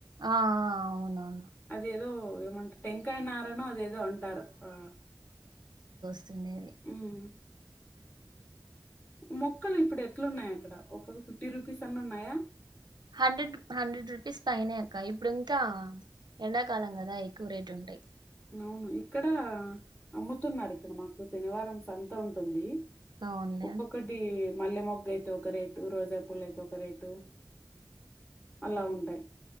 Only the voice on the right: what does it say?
ఆ అవునవును
వస్తుండేది
హండ్రెడ్ రూ హండ్రెడ్ రూపీస్ పైనే అక్క ఇప్పుడు ఇంకా ఎండాకాలం కదా ఎక్కువ రేట్ ఉంటాయి
అవునులే